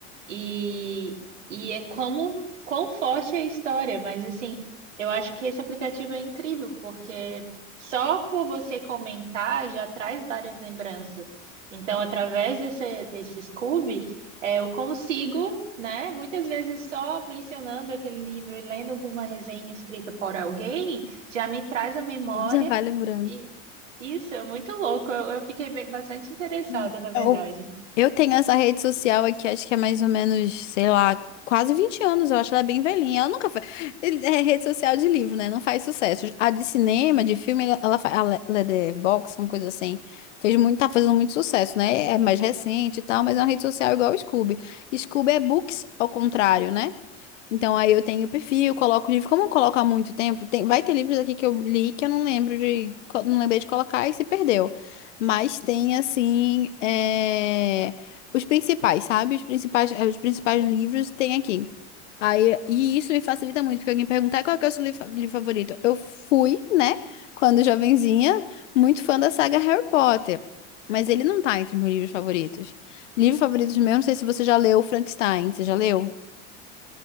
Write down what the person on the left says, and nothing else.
Já vai lembrando.
Hum.
É o- Eu tenho essa rede social aqui, acho que é mais ou menos, sei lá, quase 20 anos, eu acho ela bem velhinha. Ela nunca foi. É rede social de livro, né? Não faz sucesso. A de cinema, de filme, ela ela faz. A Le- Letterboxd, uma coisa assim. Fez muito, tá fazendo muito sucesso, né? É mais recente e tal, mas é uma rede social igual o Scoob. Scoob é books, ao contrário, né? Então aí eu tenho o perfil, coloco o livro. Como eu coloco há muito tempo, tem, vai ter livros aqui que eu li que eu não lembro de, co- não lembrei de colocar e se perdeu. Mas tem assim, é, os principais, sabe? Os principais, eh, os principais livros tem aqui. Aí, e isso me facilita muito, porque alguém perguntar qual que é o seu livro fa- livro favorito. Eu fui, né, quando jovenzinha, muito fã da saga Harry Potter. Mas ele não tá entre meus livros favoritos. Livro favorito meu, não sei se você já leu Frankenstein. Você já leu?